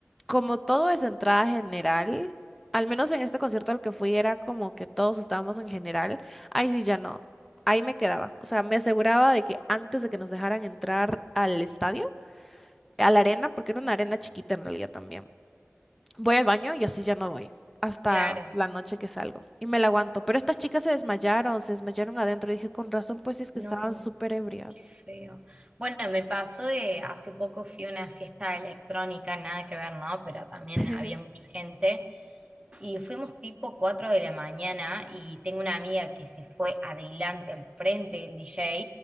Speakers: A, in the centre; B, on the right.
A: como todo es entrada general, al menos en este concierto al que fui era como que todos estábamos en general. Ahí sí ya no. Ahí me quedaba. O sea, me aseguraba de que antes de que nos dejaran entrar al estadio, a la arena, porque era una arena chiquita en realidad también. Voy al baño y así ya no voy. Hasta
B: Claro.
A: la noche que salgo. Y me la aguanto. Pero estas chicas se desmayaron, se desmayaron adentro. Y dije, con razón, pues es que
B: No,
A: estaban súper ebrias.
B: Qué feo. Bueno, me pasó de hace poco fui a una fiesta electrónica, nada que ver, ¿no? Pero también
A: <laughs>
B: había mucha gente y fuimos tipo 4 de la mañana y tengo una amiga que se fue adelante al frente del DJ